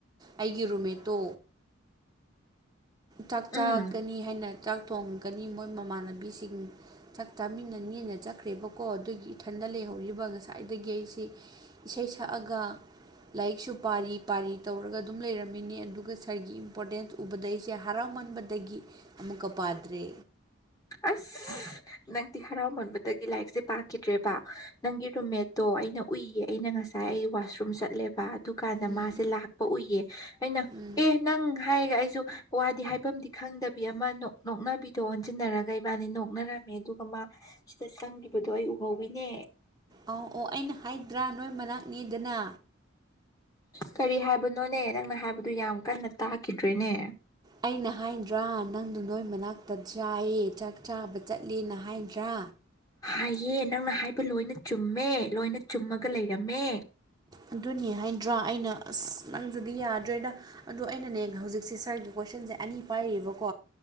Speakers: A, on the right (about 20°); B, on the left (about 20°).
A: ꯑꯩꯒꯤ ꯔꯣꯃꯦꯇꯣ ꯆꯥꯛ ꯆꯥꯔꯛꯀꯅꯤ
B: ꯎꯝ
A: ꯍꯥꯏꯅ ꯆꯥꯛ ꯇꯣꯡꯒꯅꯤ ꯃꯣꯏ ꯃꯃꯥꯟꯅꯕꯤꯁꯤꯡ ꯆꯥꯛ ꯆꯥꯃꯤꯟꯅꯅꯦꯅ ꯆꯠꯈ꯭ꯔꯦꯕꯀꯣ ꯑꯗꯨꯒꯤ ꯏꯊꯟꯗ ꯂꯩ ꯇꯧꯔꯤꯕ ꯉꯁꯥꯏꯗꯒꯤ ꯑꯩꯁꯤ ꯏꯁꯩ ꯁꯛꯑꯒ ꯂꯥꯏꯔꯤꯛꯁꯨ ꯄꯥꯔꯤ ꯄꯥꯔꯤ ꯇꯧꯔꯒ ꯑꯗꯨꯝ ꯂꯩꯔꯝꯃꯤꯅꯤ ꯑꯗꯨꯒ ꯁꯥꯔꯒꯤ ꯏꯝꯄꯣꯔꯇꯦꯟꯁ ꯎꯕꯗꯩꯁꯦ ꯍꯔꯥꯎꯃꯟꯕꯗꯒꯤ ꯑꯃꯨꯛꯀ ꯄꯥꯗ꯭ꯔꯦ
B: ꯑꯁ ꯅꯪꯗꯤꯤ ꯍꯔꯥꯎꯃꯟꯕꯗꯒꯤ ꯂꯥꯏꯔꯤꯛꯁꯦ ꯄꯥꯈꯤꯗ꯭ꯔꯦꯕ ꯅꯪꯒꯤ ꯔꯨꯝꯃꯦꯠꯇꯣ ꯑꯩꯅ ꯎꯏꯌꯦ ꯑꯩꯅ ꯉꯁꯥꯏ ꯑꯩ ꯋꯥꯁꯔꯨꯝ ꯆꯠꯂꯦꯕ ꯑꯗꯨꯀꯥꯟꯗ
A: ꯎꯝ
B: ꯃꯥꯁꯦ ꯂꯥꯛꯄ ꯎꯏꯌꯦ ꯑꯩꯅ
A: ꯎꯝ
B: ꯑꯦ ꯅꯪ ꯍꯥꯏꯔꯒ ꯑꯩꯁꯨ ꯋꯥꯗꯤ ꯍꯥꯏꯐꯝꯗꯤ ꯈꯪꯗꯕꯤ ꯑꯃ ꯅꯣꯛꯅꯕꯤꯗꯣ ꯑꯣꯟꯁꯤꯟꯅꯔ ꯒꯩꯕꯥꯅꯤ ꯅꯣꯛꯅꯔꯝꯃꯦ ꯑꯗꯨꯒ ꯃꯥ ꯁꯤꯗ ꯆꯪꯈꯤꯕꯗꯣ ꯑꯩ ꯎꯍꯧꯋꯤꯅꯦ
A: ꯑꯧ ꯑꯣ ꯑꯩꯅ ꯍꯥꯏꯗ꯭ꯔꯥ ꯅꯣꯏ ꯃꯅꯥꯛꯅꯤꯗꯅ
B: ꯀꯔꯤ ꯍꯥꯏꯕꯅꯣꯅꯦ ꯅꯪꯅ ꯍꯥꯏꯕꯗꯨ ꯌꯥꯝ ꯀꯟꯅ ꯇꯥꯈꯤꯗ꯭ꯔꯦꯅꯦ
A: ꯑꯩꯅ ꯍꯥꯏꯗ꯭ꯔꯥ ꯅꯪꯅ ꯅꯣꯏ ꯃꯅꯥꯛꯇ ꯆꯥꯏꯌꯦ ꯆꯥꯛ ꯆꯥꯕ ꯆꯠꯂꯤꯦꯅ ꯍꯥꯏꯗ꯭ꯔꯥ
B: ꯍꯥꯏꯌꯦ ꯅꯪꯅ ꯍꯥꯏꯕ ꯂꯣꯏꯅ ꯆꯨꯝꯃꯦ ꯂꯣꯏꯅ ꯆꯨꯝꯃꯒ ꯂꯩꯔꯝꯃꯦ
A: ꯑꯗꯨꯅꯤ ꯍꯥꯏꯗ꯭ꯔꯥ ꯑꯩꯅ ꯑꯁ ꯅꯪꯁꯨꯗꯤ ꯌꯥꯗ꯭ꯔꯦꯗ ꯑꯗꯣ ꯑꯩꯅꯅꯦ ꯍꯧꯖꯤꯛꯁꯦ ꯁꯥꯔꯒꯤ ꯀꯣꯏꯁꯟꯁꯦ ꯑꯅꯤ ꯄꯥꯏꯔꯤꯕꯀꯣ